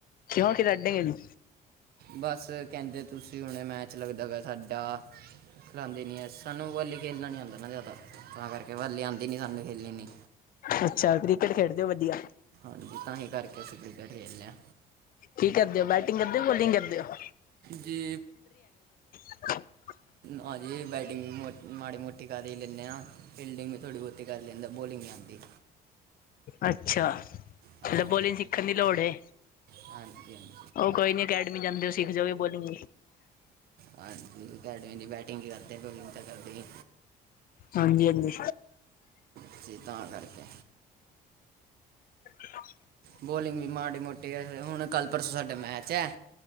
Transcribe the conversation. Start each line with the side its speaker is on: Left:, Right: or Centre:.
Left: ਨੋਕ ਰੱਡਗ ਨੂੰ
Right: ਬਸ, ਕੈਂਦੇ ਤੁਸੀਂ, ਹੁਣੇ ਮੈਚ ਲੱਗਦਾ ਵਾ ਸਾਡਾ। ਖਲਾਂਦੀ ਨਹੀਂ ਹੈ। ਸਾਨੂੰ ਵਾਲੀ ਖੇਲਣਾ ਨਹੀਂ ਆਦਾ ਨਾ ਜ਼ਿਆਦਾ, ਤਾਂ ਕਰਕੇ ਬੀ ਆਉਂ ਨਹੀਂ ਸਾਨੂੰ ਖੇਲਣੀ ਨਹੀਂ।
Left: ਅੱਛਾ, ਕ੍ਰਿਕਟ ਖੇਡਦੇ ਹੋ? ਵਧੀਆ।
Right: ਹਾਂਜੀ, ਤਾਂ ਹੀ, ਕਰਕੇ ਅਸੀਂ ਕ੍ਰਿਕਟ ਖੇਡਦੇ ਹਾਂ।
Left: ਕੀ ਕਰਦੇ ਹੋ? ਬੈਟਿੰਗ ਕਰਦੇ ਹੋ, ਬੋਲਿੰਗ ਕਰਦੇ ਹੋ?
Right: ਜੇ
Left: ਹ <unintelligible>
Right: ਹਾਂਜੀ, ਬੈਟਿਂਗ ਵੀ ਮਾੜੀ ਮੋਟੀ ਕਰੀ ਲੈਂਦੇ ਹਾਂ। ਫੀਲਡਿਂਗ ਵੀ ਥੋੜੀ, ਬੋਤੀ ਕਰ ਲੈਂਦਾ, ਬੋਲਿੰਗ ਨਹੀਂ ਆਂਦੀ।
Left: ਅੱਛਾ,
Right: ਹਾਂਜੀ
Left: ਤੇ ਬੋਲਿੰਗ ਸਿੱਖਣ ਦੀ ਲੋੜ ਹੈ।
Right: ਹਾਂਜੀ ਹਾਂਜੀ
Left: ਉਹ ਕੋਈ ਨੀ ਅਕੈਡਮੀ ਜਾਂਦੇ ਹੋ? ਸਿੱਖ ਜਾਓ ਬੋਲਿੰਗ
Right: ਹਾਂਜੀ, ਅਕੈਡ ਮੀਦੀ ਬੈਟਿੰਗ ਕਰਦੇ, ਬੋਲਿੰਗ ਤਾਂ ਕਰਦੇ ਹੀ
Left: ਹਾਂਜੀ, ਹਾਂਜੀ।
Right: ਅਤੇ ਤਾਂ ਕਰਕੇ
Left: <unintelligible>
Right: ਬੋਲਿੰਗ ਵੀ ਮਾੜੀ - ਮੋਟੀ, ਹੁਣ ਕੱਲ੍ਹ- ਪਰਸੋਂ ਸਾਡਾ ਮੈਚ ਹੈ।